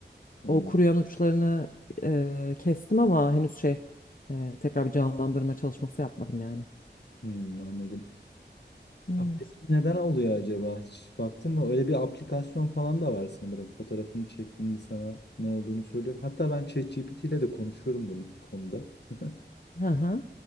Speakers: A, on the left; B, on the left.
A: Hmm,
B: O kuruyan uçlarını e, kestim ama henüz şey e, tekrar bir canlandırma çalışması yapmadım yani.
A: hmm, anladım.
B: Evet.
A: Aa, Peki neden oluyor acaba? Hiç baktın mı? Öyle bir aplikasyon falan da var sanırım. Fotoğrafını çektiğinde sana ne olduğunu söylüyor. Hatta ben ChatGPT ile de konuşuyorum bu konuda. <laughs>
B: Hı hı.